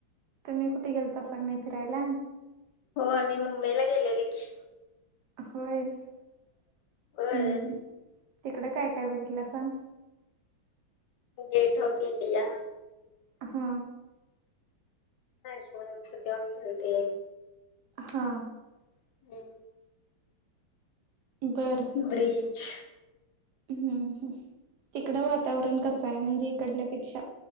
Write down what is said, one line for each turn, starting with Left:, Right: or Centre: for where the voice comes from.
Right: तुम्ही कुठे गेलतासा क नाय फिरायला?
Left: हो आम्ही मुंबईला गेलेली की.
Right: होय हम्म
Left: होय
Right: हम्म, तिकड काय काय बघितलंसां?
Left: Gate of India.
Right: हा.
Left: ताजमहलच ते हॉटेल ते.
Right: हा.
Left: <inaudible>
Right: बरं.
Left: ब्रिच.
Right: हम्म हम्म तिकडं वातावरण कसंय म्हणजे इकडल्यापेक्षा?